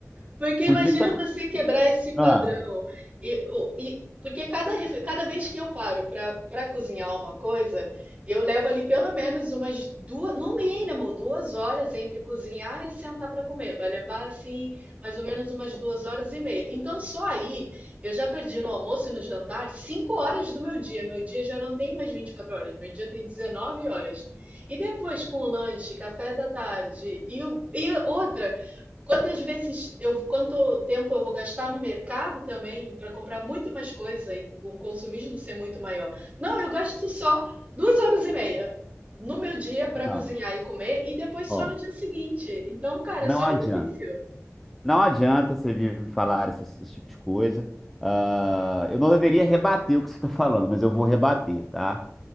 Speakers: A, on the right; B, in the centre.
A: Porque imagina
B: porque tá...
A: você quebrar esse padrão.
B: Ah,
A: E, o- e- porque cada, ref- cada vez que eu paro para para cozinhar uma coisa, eu levo ali pelo menos umas duas, no mínimo duas horas entre cozinhar e sentar para comer. Vai levar assim mais ou menos umas duas horas e meia. Então só aí eu já perdi no almoço e no jantar cinco horas do meu dia. Meu dia já não tem mais 24 horas, meu dia tem 19 horas. E depois com o lanche, café da tarde e, o- e outra. Quantas vezes eu, quanto tempo eu vou gastar no mercado também para comprar muito mais coisa e o consumismo ser muito maior? Não, eu gasto só duas horas e meia no meu dia para
B: não,
A: cozinhar e comer e depois
B: ó,
A: só no dia seguinte. Então, cara,
B: não
A: é só
B: adianta.
A: benefício.
B: Não adianta você vir me falar essas- esse tipo de coisa. Ah, eu não deveria rebater o que você está falando, mas eu vou rebater, tá?